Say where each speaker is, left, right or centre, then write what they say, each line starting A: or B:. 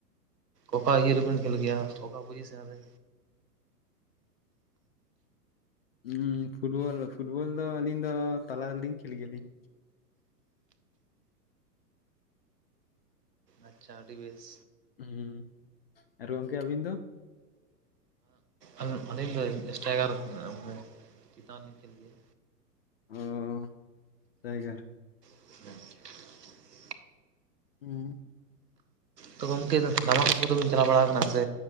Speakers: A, on the right; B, on the left.
A: ᱚᱠᱟ ᱤᱭᱟᱹ ᱨᱮᱵᱤᱱ ᱠᱷᱮᱞ ᱜᱮᱭᱟ? ᱚᱠᱟ ᱯᱚᱡᱤᱥᱮᱱ ᱨᱮ?
B: ᱩᱸᱻ ᱯᱷᱩᱴᱵᱚᱞ, ᱯᱷᱩᱴᱵᱚᱞ ᱫᱚ ᱟᱹᱞᱤᱧ ᱫᱚ ᱛᱟᱞᱟ ᱨᱮᱞᱤᱧ ᱠᱷᱮᱞ ᱜᱮᱭᱟᱞᱤᱧ᱾
A: ᱟᱪᱪᱷᱟ ᱟᱹᱰᱤ ᱵᱮᱥ᱾
B: ᱦᱩᱸ ᱟᱨ ᱜᱚᱝᱠᱮ ᱟᱹᱵᱤᱱ ᱫᱚ?
A: ᱟᱸᱜ ᱟᱹᱞᱤᱧ ᱫᱚ ᱮᱥᱴᱟᱭᱠᱟᱨ ᱨᱮ ᱢᱟᱱᱮ ᱪᱮᱛᱟᱱ ᱨᱮᱧ ᱠᱷᱮᱞ ᱜᱮᱭᱟ᱾
B: ᱚᱻ ᱮᱥᱴᱟᱭᱜᱟᱨ?
A: <unintelligible>
B: ᱩᱸ᱾
A: ᱛᱚ ᱜᱚᱝᱠᱮ ᱫᱷᱟᱢᱟᱠᱟ ᱠᱚᱫᱚ ᱵᱤᱱ ᱪᱟᱞᱟᱣ ᱵᱟᱲᱟ ᱠᱟᱱᱟ ᱥᱮ